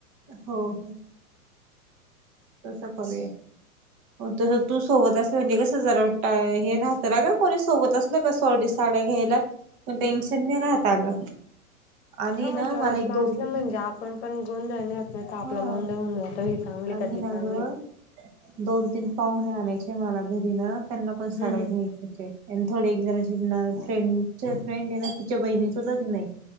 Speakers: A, on the right (about 15°); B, on the left (about 45°).
A: हो, हो तस करूया, तसं तू सोबत अस, म्हणजे कसं जराय हे, राहत ना का कोणी सोबत असल का, सॉडी साड्या घ्यायला पण टेन्शन नाही राहता अगं, आणि
B: हा मग
A: ना
B: चॉईस
A: मला एक
B: ला
A: दोन
B: असल्या,
A: तीन
B: म्हणजे आपण पण गोंधळ नाही होत, तर आपलं
A: हा
B: गोंधळन जात ही चांगली
A: आणि
B: का ती
A: ना
B: चांगली
A: गं दोन तीन पाहुणे आणायचे मला घरी ना. त्यांना पण साडी
B: हम्म हम्म
A: घायची होते, आणि थोडे एक जण ची फ्रेंड तिचे फ्रेंड आहे ना, तिच्या बहिणीच लग्न आहे